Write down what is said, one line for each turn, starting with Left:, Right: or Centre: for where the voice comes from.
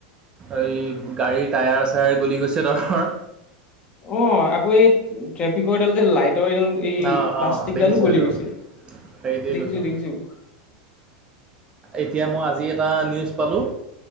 Right: এই গাড়ীৰ টায়াৰ চায়াৰ গলি গৈছে নহয়।
Left: অ', আকৌ এই ট্ৰেফিকৰ এইডাল যে লাইট এইডাল
Right: অঁ
Left: এই প্লাষ্টিকডালো
Right: অঁ দেখিছোঁ
Left: গলি
Right: সেইটো
Left: গৈছে।
Right: সেইটোৱে
Left: দেখিছোঁ,
Right: কৈছো
Left: দেখিছোঁ।
Right: এতিয়া মই আজি এটা নিউজ পালোঁ,